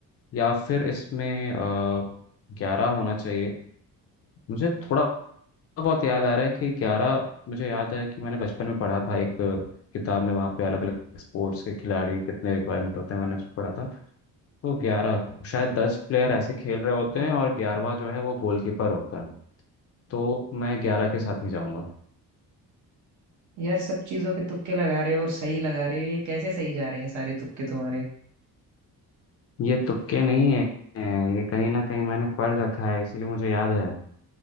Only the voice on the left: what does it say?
या फिर इसमें ग्यारह होना चाहिए मुझे थोड़ा बहुत याद आ रहा है कि ग्यारह मुझे याद है कि मैंने बचपन में पढ़ा था एक अ, किताब में वहाँ पे अलग अलग स्पोर्ट्स के खिलाड़ी कितने रिक्वायरमेंट होते हैं मैंने उसको पढ़ा था तो ग्यारह शायद दस प्लेयर ऐसे खेल रहे होते हैं और ग्यारहवा जो है वो गोलकीपर होता है तो मैं ग्यारह के साथ ही जाऊंगा
ये तुक्के नहीं है ये कहीं ना कहीं मैंने पढ़ रखा है इसीलिए मुझे याद है